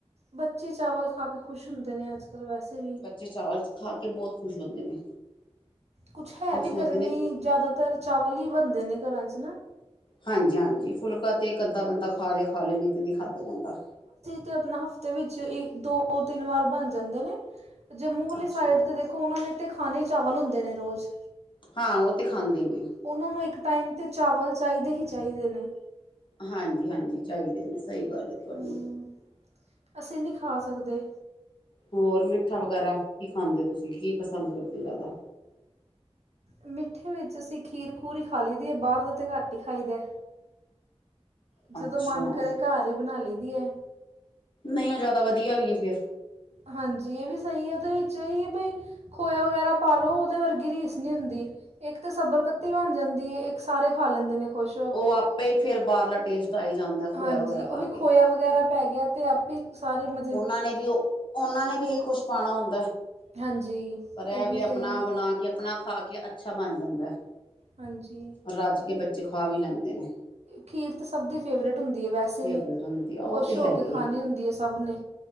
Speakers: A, on the right (about 80°); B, on the left (about 50°).
A: ਬੱਚੇ ਚਾਵਲ ਖਾ ਕੇ ਖੁਸ਼ ਹੁੰਦੇ ਨੇ ਆੱਜ-ਕਾੱਲ ਵੈਸੇ ਵੀ।
B: ਚੇ ਚਾਵਲ ਖਾ ਕੇ ਬੋਤ ਖੁਸ਼ ਹੋਂਦੇ ਨੇ।
A: ਕੁੱਛ ਹੈ
B: ਉਹ
A: ਵੀ
B: ਸੋਚਦੇ
A: ਗਰਮੀ,
B: ਨੇ
A: ਜਾਦਾਤਰ ਚਾਵਲ ਈ ਬਨਦੇ ਨੇ ਘਰਾਂ ਚ ਨਾ।
B: ਹਾਂਜੀ-ਹਾਂਜੀ ਫੁਲਕਾ ਤੇ ਇੱਕ ਅੱਦਾ ਬੰਦਾ ਖਾਲੇ-ਖਾਲੇ, ਨੀ ਤੇ ਨੀ ਖਾੱਦਾ ਜਾਂਦਾ।
A: ਤੇ ਅਪਨਾ ਹਫ਼ਤੇ ਵਿੱਚ ਈ ਦੋ-ਤਿੰਨ ਵਾਰ ਬਾੱਨ ਜਾਂਦੇ ਨੇ, ਜੱਮੂ ਵਾਲੀ
B: ਅੱਛਾ
A: ਸਾਈਡ ਤੇ ਦੇਖ ਖੋ ਉਨਾਂ ਨੇ ਤੇ ਖਾਨੇ ਈ ਚਾਵਲ ਹੁੰਦੇ ਨੇ ਰੋਜ।
B: ਹਾਂ, ਓ ਤੇ ਖਾਂਦੇ ਈ ਨੇ।
A: ਉਨਾਂ ਨੂੰ ਇੱਕ ਟਾਈਮ ਤੇ ਚਾਵਲ ਚਾਈਦੇ ਹੀ ਚਾਈਦੇ ਨੇ।
B: ਹਾਂਜੀ-ਹਾਂਜੀ ਚਾਈਦੇ ਨੇ। ਸਹੀ ਗੱਲ ਹੈ ਤੁਹਾਡੀ।
A: ਹੂੰ, ਅਸੀ ਨੀ ਖਾ ਸਕਦੇ।
B: ਹੋਰ ਮਿੱਠਾ ਵਗੈਰਾ, ਕੀ ਖਾਂਦੇ ਓ ਤੂਸੀ, ਕੀ ਪਸੰਦ ਕਰਦੇ ਓ ਜਾਦਾ?
A: ਮਿੱਠੇ ਵਿੱਚ ਅਸੀ ਖੀਰ-ਖੁਰ ਈ ਖਾ ਲਈ ਦੀ ਏ, ਬਾਰ ਦਾ ਤੇ ਘਾੱਟ ਈ ਖਾਈ ਦੈ। ਜਦੋਂ
B: ਅੱਛਾ
A: ਮਾੱਨ ਕਰੇ ਘਾਰ ਈ ਬਨਾ ਲਈ ਦੀ ਏ।
B: ਨਈ ਓ ਜਾਦਾ ਵਦੀਆ ਵੀ ਏ ਫੇਰ।
A: ਹਾਂਜੀ, ਏ ਵੀ ਸਈ ਐ, ਤੇ ਵਿੱਚ ਏ ਈ ਏ ਬਈ ਖੋਏਆ ਵਗੈਰਾ ਪਾ ਲੋ ਓਦੇ ਵਰਗੀ ਰੀਸ ਨੀ ਹੁੰਦੀ। ਏੱਕ ਤੇ ਸਬਰਕੱਤੀ ਬਾੱਨ ਜਾਂਦੀ ਏ, ਏੱਕ ਸਾਰੇ ਖਾ ਲੈਂਦੇ ਨੇ। ਖੁਸ਼ ਹੋ
B: ਓ
A: ਕੇ
B: ਆਪੇ ਈ ਫੇਰ ਬਾਰਲਾ ਟੇਸਟ ਆਈ ਜਾਂਦੈ,
A: ਹਾਂਜੀ
B: ਖੋਏਆ ਵਗੈਰਾ
A: ਉਹੀ
B: ਪਾ
A: ਖੋਇਆ
B: ਕੇ।
A: ਵਗੈਰਾ ਪੈ ਗੇਆ ਤੇ ਆਪੇ ਸਾਰੇ ਮ
B: ਓਨਾਂ ਨੇ ਵੀ ਓ, ਓਨਾਂ ਨੇ ਵੀ ਏਈ ਕੁੱਛ ਪਾਣਾ ਹੁੰਦੈ।
A: ਹਾਂਜੀ
B: ਪਰ
A: ਇਹ
B: ਐ
A: ਵੀ
B: ਵੇ
A: ਸਹੀ
B: ਅਪਨਾ
A: ਹੈ
B: ਬਨਾ ਕੇ ਅਪਨਾ ਖਾ ਕੇ ਅੱਛਾ ਬਾੱਨ ਜਾਂਦੈ।
A: ਹਾਂਜੀ।
B: ਰਾੱਜ ਕੇ ਬੱਚੇ ਖਾ ਵੀ ਲੈਂਦੇ ਨੇ।
A: ਖੀਰ ਤੇ ਸਬ ਦੀ ਫੇਵਰੇਟ ਹੁੰਦੀ ਏ ਵੈਸੇ
B: ਫੇਵਰੇਟ
A: ਵੀ,
B: ਹੁੰਦੀ ਆ ਉਹ
A: ਖੁਸ਼
B: ਤੇ
A: ਹੋ
B: ਹੈ
A: ਕੇ
B: ਹੀ
A: ਖਾਨੀ ਹੁੰਦੀ ਏ ਸਬ ਨੇ।